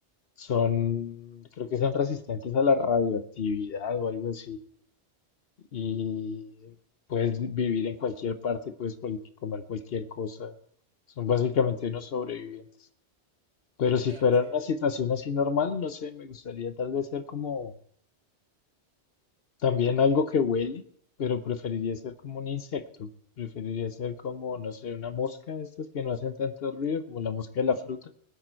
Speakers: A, on the left; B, on the right.
A: Son, creo que son resistentes a la radioactividad o algo así. Y puedes vivir en cualquier parte, puedes cual- comer cualquier cosa. Son básicamente unos sobrevivientes. Pero si
B: Claro,
A: fuera
B: sí.
A: una situación así normal, no sé, me gustaría tal vez ser como también algo que huele, pero preferiría ser como un insecto. Preferiría ser como, no sé, una mosca, de estas que no hacen tanto ruido, como la mosca de la
B: Mm,
A: fruta.